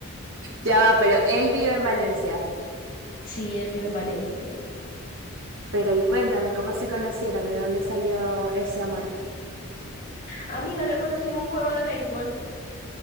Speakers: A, on the right; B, on the left.
A: Ya va, pero él vive en Valencia.
B: Sí, él vive en Valencia.
A: Pero y cuéntame, ¿cómo se conocieron? ¿De dónde salió ese amor?
B: Amiga, lo conocí en un juego de béisbol